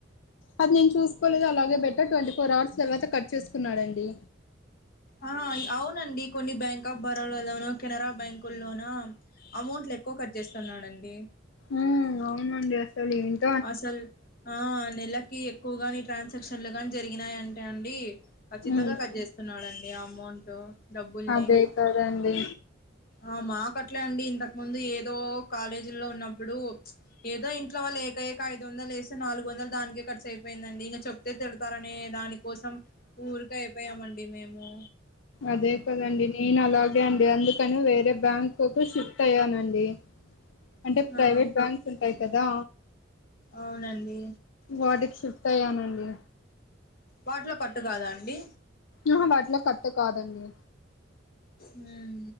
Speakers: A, on the left (about 80°); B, on the left (about 50°).
A: అది నేను చూసుకోలేదు అలాగే బెట్టా ట్వంటీ ఫోర్ అవర్స్ తర్వాత కట్ చేసుకున్నాడండి
B: ఆ అవునండి కొన్ని బ్యాంక్ ఆఫ్ బరోడా లోను కెనరా బ్యాంకు లోనా అమౌంట్లు ఎక్కువ కట్ చేస్తున్నాడండి
A: ఆ అవునండి అసలు ఏంటి
B: అసలు ఆ నెలకి ఎక్కువగాని ట్రాన్సాక్షన్లు గాని జరిగినాయంటే అండి ఖచ్చితంగా
A: ఉ
B: కట్ చేస్తున్నాడండి ఆ అమౌంట్ డబ్బుల్ని
A: తే కదండి
B: ఆ మాకట్లే అండి ఇంతకు ముందు ఏదో కాలేజీల్లో ఉన్నప్పుడు ఏదో ఇంట్లో వాళ్ళు ఏ ఏయాకేక ఐదు వందలు లేసి నాలుగు వందలు దానికే ఖర్చు అయిపోయిందండి ఇంక చెప్తే తిడతారనే దాని కోసం ఊరికయిపోయామండి మేము
A: అదే కదండి నేను అలాగే అండి అందుకని వేరే బ్యాంక్కు షిఫ్ట్ అయ్యానండి అంటే ప్రైవేట్
B: ఆ
A: బ్యాక్స్ ఉంటాయి కదా
B: అవునండి
A: వాటికి షిఫ్ట్ అయ్యానండి
B: వాటిలో కట్టు కాదా అండి
A: ఆహా వాటిలో కట్ కాదండి
B: ఉం